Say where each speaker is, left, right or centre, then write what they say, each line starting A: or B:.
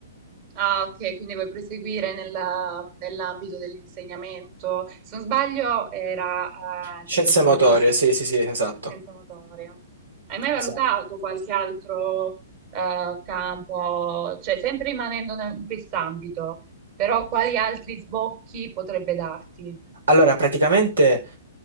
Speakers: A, on the right; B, on the right.
A: Ah, ok, quindi vuoi proseguire nella- nell'ambito dell'insegnamento. Se non sbaglio, era eh,
B: Scienze
A: educazione
B: motorie,
A: fisica,
B: sì, sì, sì, esatto.
A: scienza motoria. Hai mai valutato
B: Esatto.
A: qualche altro eh, campo, cioè sempre rimanendo ne- in quest'ambito, però quali altri sbocchi potrebbe darti?
B: Allora, praticamente